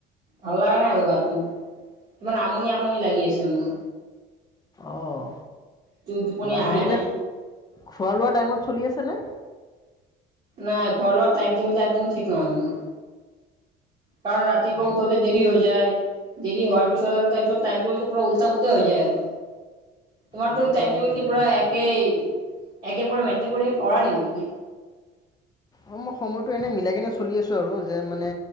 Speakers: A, on the right (about 35°); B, on the left (about 20°).
A: ভাল লগা নাই আৰু গাটো ইমান আমনি আমনি লাগি আছে মোৰ।
B: অহ
A: তো টোপনি
B: বাকী
A: আহাই
B: এনে
A: নাই।
B: খোৱা লোৱা টাইমত চলি আছেনে?
A: নাই খোৱা লোৱা টাইম টেবুল একদম ঠিক নহয় মোৰ। কাৰণ ৰাতি পূৱা
B: অ
A: উঠোতে দেৰি হৈ যায়, দেৰি হোৱাৰ পিছত আৰু তাৰ পিছত টাইম টেবুলটো পুৰা উল্টা পুল্টা হৈ যায় আৰু। তোমাৰটো
B: অ সময়টো
A: টাইম টেবুল
B: ভালে
A: কি পুৰা
B: গৈছে
A: একেই একে পুৰা মেইন্টেইন কৰি কৰা নেকি তুমি?
B: অ মই সময়টো এনে মিলাই কিনে চলি আছো আৰু যে মানে